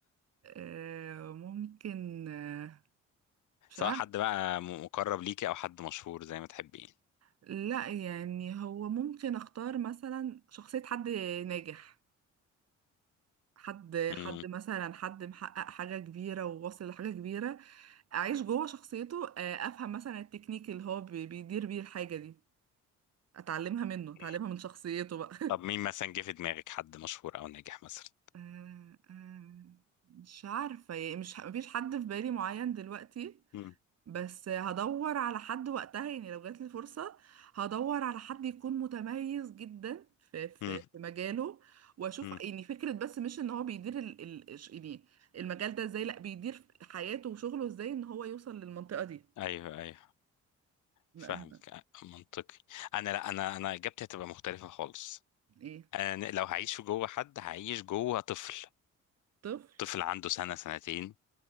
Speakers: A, on the right; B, on the left.
A: آه ممكن آه مش
B: سواء
A: عارف
B: حد بقى م- مقرب ليكي او حد مشهور زي ما تحبي يعني
A: لا يعني هو ممكن اختار مثلا شخصية حد ناجح حد
B: مم.
A: حد مثلا حد محقق حاجة كبيرة وواصل لحاجة كبيرة أعيش جوه شخصيته آه، أفهم مثلا التكنيك اللي هو بي- بيدير بيه الحاجة دي أتعلمها منه أتعلمها
B: مم.
A: من شخصيته بقى <laughs>
B: طب مين مثلا جه في دماغك حد مشهور او ناجح مثلا
A: آه، آه، مش عارفة يعني مش مفيش حد في بالي معين دلوقتي
B: مم.
A: بس هدور على حد وقتها يعني لو جات لي فرصة هدور على حد يكون متميز جدا في في
B: مم.
A: في مجاله واشوف
B: مم.
A: يعني فكرة بس مش ان هو بيدير ال ال ش- يعني المجال ده ازاي لا بيدير حياته وشغله ازاي ان هو يوصل للمنطقة دي
B: ايوه ايوه
A: لا
B: فاهمك
A: أنا-
B: آه، منطقي انا لا انا انا اجابتي هتبقى مختلفه خالص
A: ايه
B: انا لو هعيش جوه حد هعيش جوه طفل
A: طفل
B: طفل عنده سنه سنتين